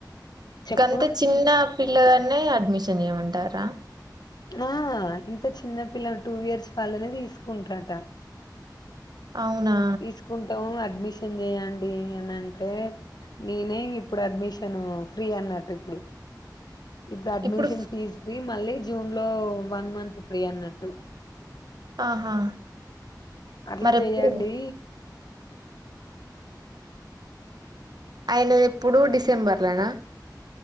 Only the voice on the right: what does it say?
గంత చిన్న పిల్లగాన్నే అడ్మిషన్ చేయమంటారు రా
అవునా
ఇప్పుడు
ఆహా
మరెప్పుడు
అయినది ఎప్పుడు డిసెంబర్లానా